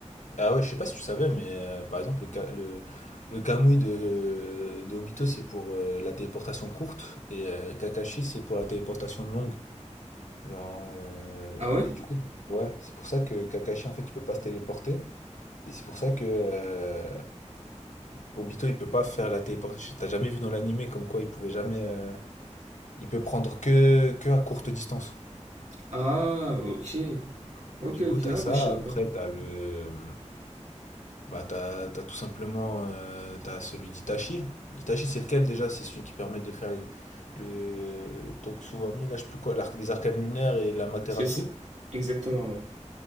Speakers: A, on the left; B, on the right.
A: Ah ouais, je sais pas si tu savais, mais euh, par exemple, le, Ka- le, le Kamui de, de Obito, c'est pour euh, la téléportation courte et euh, Kakashi, c'est pour la téléportation longue. Genre, euh,
B: Ah ouais?
A: et du coup, ouais, c'est pour ça que Kakashi, en fait, il peut pas se téléporter. Et c'est pour ça que euh, Obito, il peut pas faire la téléportation. T'as jamais vu dans l'animé comme quoi il pouvait jamais. euh, il peut prendre que, que à courte distance.
B: Ah, ok. Ok,
A: Du
B: ok.
A: coup, t'as
B: Ah,
A: ça.
B: bah, je savais
A: Après,
B: pas.
A: t'as le. euh, Bah, t'as, t'as tout simplement. euh, t'as celui d'Itachi. Itachi, c'est lequel déjà? C'est celui qui permet de faire les- le Toksuami, là, je sais plus quoi, l'arc- les arcanes lunaires et l'Amaterasu.
B: C'est ça. Exactement, ouais.